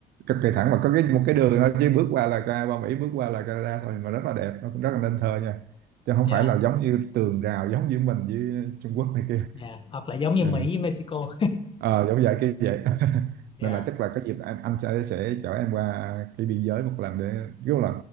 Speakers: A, on the right (about 70°); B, on the left (about 30°).
A: cực kỳ thẳng và có cái một cái đường thôi chứ bước qua là ra qua Mỹ bước qua là Canada thôi mà rất là đẹp nó rất là nên thơ nha chứ không
B: Dạ,
A: phải là giống như tường rào giống như mình với Trung Quốc này kia
B: dạ. hoặc là giống như
A: Ờ.
B: Mỹ với Mexico
A: ờ giống vậy cái vậy <laughs>
B: Dạ,
A: nên là chắc là cái dịp anh anh sẽ sẽ chở em qua cái biên giới một lần để kiểu là